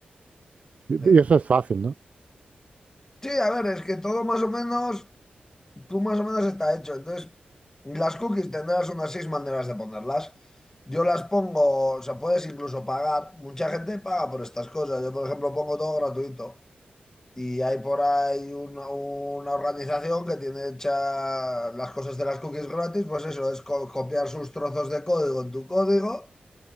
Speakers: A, on the right; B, on the left.
A: y
B: sí.
A: eso es fácil, ¿no?
B: Sí, a ver, es que todo más o menos, tú más o menos está hecho. Entonces, las cookies tendrás unas seis maneras de ponerlas. Yo las pongo, o sea, puedes incluso pagar. Mucha gente paga por estas cosas. Yo, por ejemplo, pongo todo gratuito. Y hay por ahí una, una organización que tiene hecha las cosas de las cookies gratis. Pues eso, es co- copiar sus trozos de código en tu código